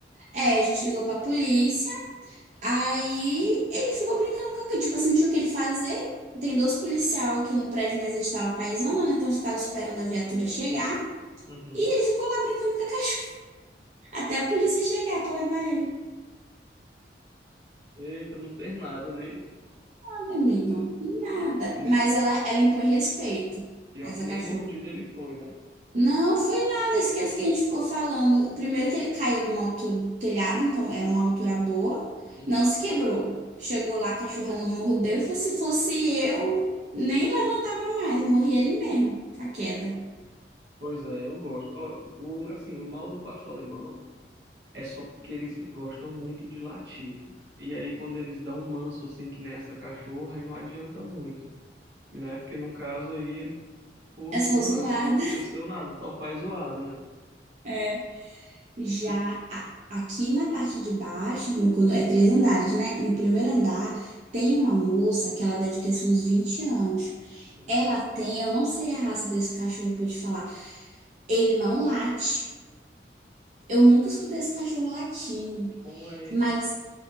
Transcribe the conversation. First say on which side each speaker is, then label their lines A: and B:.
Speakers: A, on the right; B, on the right.
A: É, a gente ligou pra polícia, aí ele ficou brincando com aquilo, tipo assim, não tinha o que ele fazer. Tem dois policial aqui no prédio, mas eles estavam paisando, né? Então eles ficaram esperando a viatura chegar.
B: Uhum.
A: E ele ficou lá brincando com a cachorra, <laughs> até a polícia chegar pra levar ele.
B: Eita, não fez nada, nem.
A: Nada, amigo. Nada.
B: nem-
A: Mas ela, ela impõe respeito,
B: Pior
A: essa
B: que nem
A: cachorra.
B: mordido ele foi, né?
A: Não foi nada isso que eu fiquei- a gente ficou falando. Primeiro que ele caiu de uma altura do telhado, então é uma altura boa.
B: Uhum.
A: Não se quebrou. Chegou lá, a cachorra não mordeu. e falou, Se fosse eu, nem levantava mais. Morri ali mesmo, com a queda.
B: Pois é, eu gosto. Ó, o, assim, o mal do pastor alemão. é só porque eles gostam muito de latir. E aí, quando eles dão um manso assim, que nessa cachorra, aí não adianta muito, né? Porque no caso aí ele pulou,
A: É só zoada.
B: mas não aconteceu nada, só faz zoada, né?
A: <laughs> Já
B: Tu-
A: a- aqui na parte de baixo, do meu condo- é três andares, né? No primeiro andar tem uma moça que ela deve ter assim, uns 20 anos.
B: Hum,
A: Ela tem, eu não sei a raça desse cachorro pra te falar. Ele não late. Eu nunca escutei esse cachorro latindo,
B: Como é ele?
A: mas